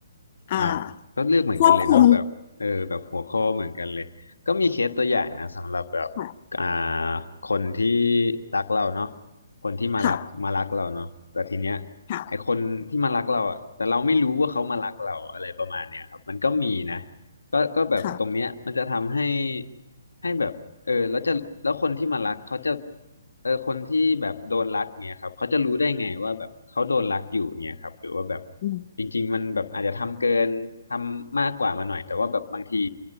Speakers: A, on the left; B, on the left.
A: อ่า
B: ครับก็เลือกเหมือนกันเลยเนาะแบบเออแบบหัวข้อเหมือนกันเลยก็มีเคสตัวอย่างนะสำหรับแบบ
A: ควบคุมค่ะ
B: อ่าคนที่รักเราเนาะคนที่มารับมารักเราเนาะแต่ทีเนี้ย
A: ค่ะค่ะ
B: ไอคนที่มารักเราอ่ะแต่เราไม่รู้ว่าเขามารักเราอะไรประมาณเนี้ยครับมันก็มีนะ ก็ก็แบบตรงเนี้ยมันจะทำให้
A: ค่ะ
B: ให้แบบเออแล้วจะแล้วคนที่มารักเขาจะเออคนที่แบบโดนรักเนี่ยครับเขาจะรู้ได้ไงว่าแบบเขาโดนรักอยู่เนี่ยครับหรือว่าแบบ
A: อืม
B: จริงๆมันแบบอาจจะทำเกินทำมากกว่ามาหน่อยแต่ว่าแบบบางที